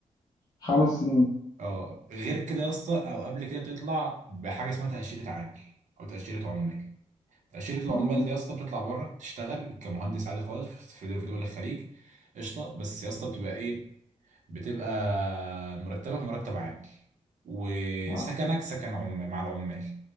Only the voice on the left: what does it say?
خمس سنين
مم.
آه.